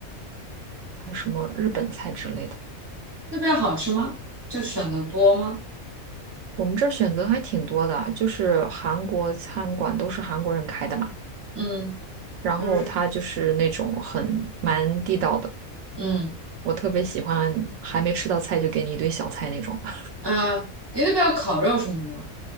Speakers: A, on the right; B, on the right.
A: 还什么日本菜之类的。
B: 那边好吃吗？就选的多吗？
A: 我们这儿选择还挺多的啊，就是韩国餐馆都是韩国人开的嘛，
B: 嗯，
A: 然后它就是那种很蛮地道的。
B: 就是嗯。
A: 我特别喜欢还没吃到菜就给你一堆小菜那种。<laughs>
B: 呃，你那边有烤肉什么的吗？